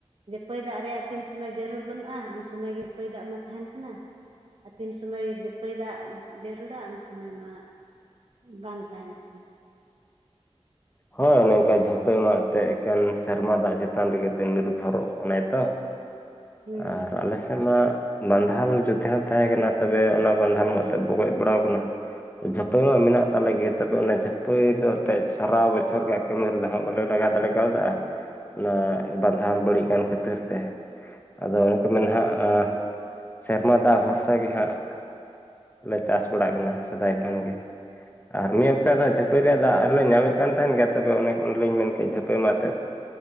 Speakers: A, on the right; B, on the left.
A: ᱦᱳᱭ ᱫᱟᱨᱜᱭᱟᱜ ᱛᱤᱱ ᱥᱚᱢᱚᱭ ᱡᱟᱹᱨᱩᱲ ᱵᱟᱹᱱᱩᱜᱼᱟ ᱩᱱ ᱥᱚᱢᱚᱭ ᱜᱮ ᱦᱚᱭ ᱫᱟᱜ ᱢᱟ ᱛᱟᱦᱮᱱ ᱠᱟᱱᱟ ᱟᱨ ᱛᱤᱱ ᱥᱚᱢᱚᱭ ᱡᱟᱹᱼᱼ <unintelligible> ᱫᱟᱜ ᱡᱟᱹᱨᱩᱲᱟ ᱩᱱ ᱥᱚᱢᱚᱭ ᱢᱟ ᱵᱟᱝ ᱛᱟᱦᱮᱱᱚᱜ ᱠᱟᱱᱟ <inaudible>
B: ᱦᱳᱭ ᱚᱱᱮᱚᱝᱠᱟ <unintelligible> ᱢᱟᱜ ᱛᱮ ᱮᱠᱮᱱ ᱥᱮᱨᱢᱟ ᱫᱟᱜ ᱪᱮᱛᱟᱱ ᱨᱮᱜᱮ ᱱᱤᱨᱵᱷᱚᱨᱚᱜ ᱠᱟᱱᱟᱭ ᱛᱚ
A: ᱦᱩᱸ
B: ᱟᱨ
A: ᱦᱩᱸ
B: ᱟᱞᱮ ᱥᱮᱫ ᱢᱟ ᱵᱟᱸᱫᱷᱟᱞ ᱡᱩᱫ ᱡᱟᱦᱚᱸ ᱛᱟᱦᱮᱸ ᱠᱟᱱᱟ ᱛᱚᱵᱮ ᱚᱱᱟ ᱵᱟᱸᱫᱷᱟᱞ ᱢᱟᱛᱚ ᱵᱚᱜᱚᱡ ᱵᱟᱲᱟᱣ ᱟᱠᱟᱱᱟ ᱡᱚᱛᱟᱜ ᱢᱮᱱᱟᱜ ᱛᱟᱞᱮ ᱜᱮᱭ ᱛᱚᱵᱮ ᱚᱱᱮ ᱡᱟᱹᱯᱟᱹᱭ ᱫᱚ ᱟᱛᱮᱡ ᱥᱟᱨᱟ ᱵᱚᱪᱷᱚᱨ ᱜᱮ ᱠᱟᱹᱢᱤ ᱨᱮᱫᱚ ᱦᱟᱸᱜ ᱵᱟᱞᱮ ᱞᱟᱜᱟᱣ ᱫᱟᱲᱮ ᱠᱟᱣᱫᱟ ᱚᱱᱟ ᱵᱟᱸᱫᱷᱟᱞ ᱵᱟᱹᱲᱤᱡ ᱠᱟᱱ ᱠᱷᱟᱹᱛᱤᱨ ᱛᱮ ᱟᱫᱚ ᱚᱱᱮᱠᱚ ᱢᱮᱱ ᱦᱟᱸᱜ ᱥᱮᱨᱢᱟ ᱫᱟᱜ ᱵᱷᱚᱨᱥᱟ ᱜᱮ ᱦᱟᱸᱜ ᱞᱮ ᱪᱟᱥ ᱵᱟᱲᱟᱭᱮᱜ ᱠᱟᱱᱟ ᱥᱮᱫᱟᱭ ᱠᱷᱚᱱ ᱜᱮ᱾ ᱟᱨ ᱢᱤᱫ ᱦᱟᱯᱛᱟ ᱡᱷᱟᱹᱯᱟᱹᱭ ᱨᱮᱭᱟᱜ ᱫᱟᱜ ᱞᱮ ᱧᱟᱢᱮᱫ ᱠᱟᱱ ᱛᱟᱦᱮᱸᱱ ᱜᱮᱭᱟ ᱛᱚᱵᱮ ᱚᱱᱮ ᱚᱱᱮᱞᱤᱧ ᱢᱮᱱ ᱠᱮᱫ ᱡᱷᱟᱹᱯᱟᱹᱭ ᱢᱟ ᱛᱮᱫ